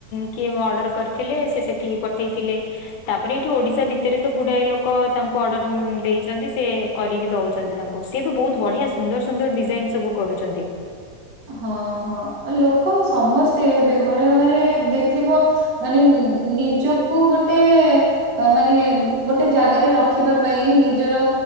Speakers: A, on the left (about 70°); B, on the right (about 45°).
A: କିଏ ଅର୍ଡର କରିଥିଲେ ସେ ସେଠିକି ପଠେଇଥିଲେ ତାପରେ ଏଠୁ ଓଡ଼ି ସା ଭିତରେ ତ ଗୁଡାଏ ଲୋକ ତାଙ୍କୁ ଅର୍ଡର ଦେଇଚନ୍ତି। ସେ କରିକି ଦଉଚନ୍ତି ତାଙ୍କୁ ସି ବି ବହୁତ ବ ବଢିଆ ସୁନ୍ଦର ସୁନ୍ଦର ଡିଜାଇନ୍ ସବୁ କରୁଚନ୍ତି।
B: ହଁ ହଁ ଆଉ ଲୋକ ସମସ୍ତେ ଏବେ ଘରେ ଘରେ ଦେଖିବ ମାନେ ନିଜ କୁ ଗୋଟେ ମାନେ ଗୋଟେ ଜାଗାରେ ରଖିବା ପାଇଁ ନି ନିଜର